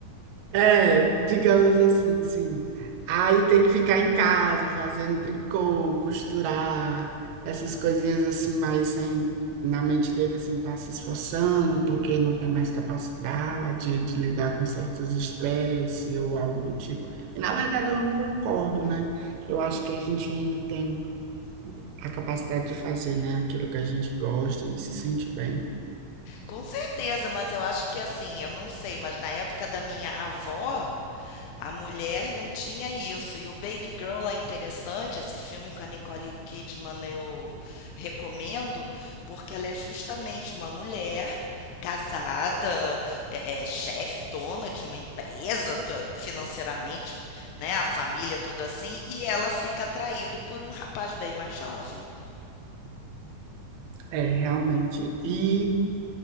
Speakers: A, on the right; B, on the left.
A: É, digamos assim, sim. Aí tem que ficar em casa fazendo tricô, costurar, essas coisinhas assim, mas sem, na mente dele sem estar se esforçando, porque não tem mais capacidade de lidar com certos estresse ou algo do tipo. E na verdade eu não concordo, né? Eu acho que a gente ainda tem a capacidade de fazer, né, aquilo que a gente gosta e se sente bem.
B: Com certeza, mas eu acho que assim, eu não sei, mas na época da minha avó, A mulher não tinha isso. E o Baby Girl é interessante, esse filme com a Nicole Kidman eu recomendo, porque ela é justamente uma mulher casada, é, é, chefe, dona de uma empresa, t- financeiramente, né, a família, tudo assim, e ela fica atraída por um rapaz bem mais jovem.
A: É, realmente. E